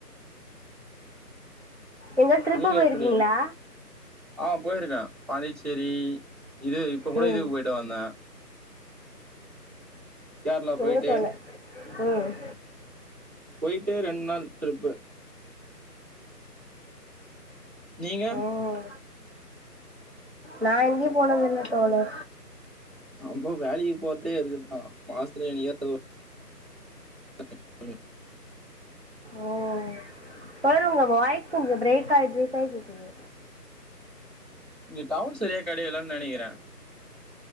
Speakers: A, on the right (about 45°); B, on the right (about 25°).
A: எங்காது ட்ரிப்பு
B: நீங்க
A: போயிருக்கீங்களா?
B: எப்டி ஆ போயிருக்கே பாண்டிச்சேரி இது இப்ப கூட
A: ம்
B: இதுக்கு போயிட்டு வந்தே கேரளா போயிட்டு
A: எங்க தோழர் ம்
B: போய்ட்டு ரெண்டு நாள் டிரிப்பு நீங்க
A: ம் நா எங்கயு போனது இல்ல தோழா
B: நம்போ வேலைக்கி போறதே இதுக்குத்தா மாசத்துல என்னிக்காது ஒரு <unintelligible>
A: ஓ தோழர் உங்க வாய்ஸ் கொஞ்ச பிரேக் ஆயி பிரேக் ஆயி கேக்குது
B: இங்க டவர் செரியா கெடைக்கலன்னு நெனைக்கிறே